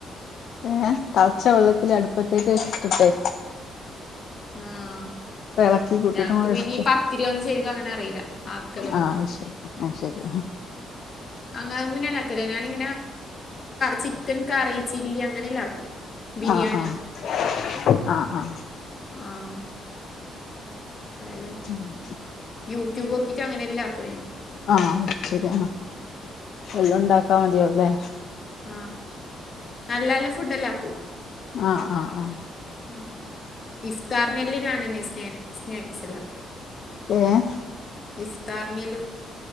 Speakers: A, on the left; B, on the left.
A: പിന്നെ തെളച്ച വെള്ളത്തില് അടുപ്പത്തേക്ക് വെച്ചിട്ടട്ടെ
B: ആഹ്
A: ഇളക്കി കൂട്ടിട്ട്
B: ഞങ്ങക്ക്
A: അങ്ങോട്ട്
B: പിന്നെ
A: ഇടിക്ക
B: ഈ പത്തിരി ഒന്നും ശരിക്കും അങ്ങനെ അറിയില്ല ആക്കലൊന്നും
A: ആഹ് ശരി ആഹ് ശരി
B: അങ്ങനൊന്നും ഞാൻ ആക്കല്ല ഞാനിങ്ങനെ ചിക്കൻ കറി ചില്ലി അങ്ങനെ എല്ലാം ആക്കും ബിരിയാണി
A: ആഹ് ആഹ് ആഹ് ആഹ്
B: ആഹ് ഐ ലവ്
A: ഉം ഉം
B: യൂട്യൂബ് നോക്കിയിട്ട് അങ്ങനെ എല്ല ആക്കുനാന്
A: ആഹ് ശരിയ എല്ലാം ഉണ്ടാക്കാ മതിയാ അല്ലേ
B: ആഹ് നല്ല നല്ല ഫുഡ് എല്ലാ ആക്കും
A: ആഹ് ആഹ് ആഹ്
B: ഉം ഇഫ്താറിനെല്ലാം ഞൻന്നെയ സ്ന സ്നാക്സ് എല്ലാക്കല്
A: ഏഹ്
B: ഇഫ്താർനലു